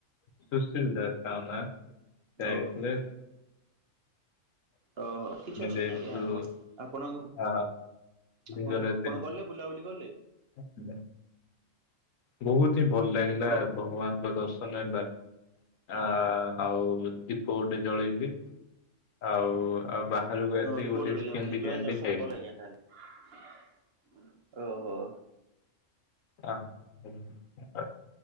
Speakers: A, on the left; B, on the right.
A: ସୁଶୀଲ ଦାସ ତାଙ୍କ ନାଁ ସେ ଆଇଥିଲ
B: ଓହୋ। ଓହୋ କିଛି ଅସୁବିଧା
A: ଯାଇଥିଲୁ
B: ନାହିଁ ଆଜ୍ଞା ଆପଣ
A: ହଁ ଲିଙ୍ଗରାଜ
B: ଆପଣ ଆପଣ ଗଲେ ବୁଲାବୁଲି କଲେ?
A: <unintelligible> ବହୁତ ହିଁ ଭଲ ଲାଗିଲା
B: ଆପଣ
A: ଭଗବାନଙ୍କ ଦର୍ଶନ ହେଲା ଆ ଆଉ ଦୀପ ଗୋଟେ ଜଳେଇଲି ଆଉ ଆଉ ବାହାରକୁ ଆସିକି
B: ହ ଏଇପଳିଲେ
A: ଗୋଟେ ଚିକେନ
B: ଆପଣ ଲିଙ୍ଗରାଜ
A: ବିରିୟାନୀ
B: ଦର୍ଶନ
A: ଟେ ଖାଇଲି
B: କଲେ ଆଜ୍ଞା ତାହେଲେ। ଓହୋ।
A: ଅଁ, ହଁ, ହଁ।